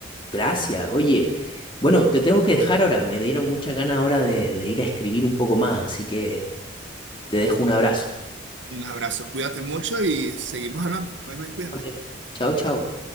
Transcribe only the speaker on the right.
Un abrazo, cuídate mucho y seguimos hablando. Bye, bye, cuídate.